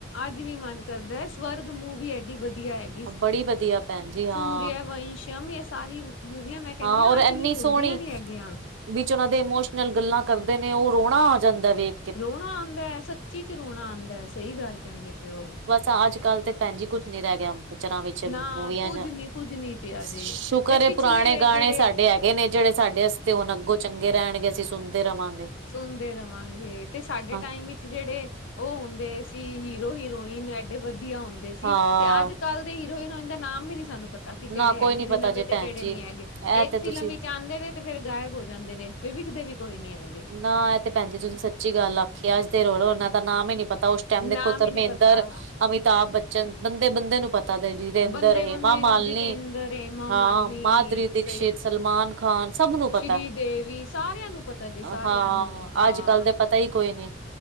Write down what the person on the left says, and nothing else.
ਜਿਵੇਂ ਮਨ ਕਰਦਾ ਸਵਰਗ ਮੂੰਵੀ ਐਡੀ ਵਧੀਆ ਹੈਗੀ।
ਸੂਰਯ ਵੰਸ਼ਮ ਇਹ ਸਾਰੀ ਮੂਵੀਆਂ ਮੈਂ ਕਹਿੰਨੀ
ਆ
ਅੱਜ
ਵੀ
ਭੁੱਲਦੀਆਂ ਨੀ ਹੈਗੀਆਂ।
ਰੋਣਾ ਆਂਦਾ ਸੱਚੀ ਚ ਰੋਣਾ ਆਂਦਾ ਸਹੀ ਗੱਲ ਕਹਿੰਦੇ ਪਏਓ।
ਨਾ
ਕੁੱਝ
ਨੀ ਕੁੱਝ ਨੀ ਪਿਆ ਜੇ
ਤੇ
ਪਿਛਲੇ
ਜਿਹੜੇ
ਸੁਣਦੇ ਰਵਾਂਗੇ ਤੇ ਸਾਡੇ
ਟਾਈਮ ਵਿੱਚ। ਜਿਹੜੇ ਉਹ ਹੁੰਦੇ ਸੀ ਹੀਰੋ ਹੀਰੋਇਨ ਐਡੇ ਵਧੀਆ ਹੁੰਦੇ ਸੀ
ਤੇ ਅੱਜ ਕੱਲ। ਹੀਰੋ ਹੀਰੋਈਨ ਦਾ ਨਾਮ ਵੀ ਨੀ ਸਾਨੂੰ ਪਤਾ। ਤਾਂ ਕਿ ਕਿਹੜੇ
ਹੈਗੇ
ਨੇ
ਨਵੇਂ
ਤੇ
ਕਿਹੜੇ
ਨੀ
ਹੈਗੇ ਇੱਕ
ਫਿਲਮ
ਵਿੱਚ ਆਂਦੇ ਦੇ। ਤੇ ਫਿਰ ਗਾਇਬ ਹੋ ਜਾਂਦੇ ਨੇ ਤੇ ਵਿਖਦੇ ਵੀ ਕੋਈ ਨੀ ਹੈਗੇ।
ਨਾਮ
ਹੀ ਨੀ ਪਤਾ
ਬੰਦੇ
ਬੰਦੇ
ਨੂੰ ਜਿਤੇਂਦਰ ਹੇਮਾ
ਮਾਲਿਨੀ
ਸਹੀ
ਸ਼੍ਰੀ ਦੇਵੀ ਸਾਰਿਆਂ ਨੂੰ ਪਤਾ। ਜੇ ਸਾਰਿਆਂ
ਨੂੰ ਹਾਂ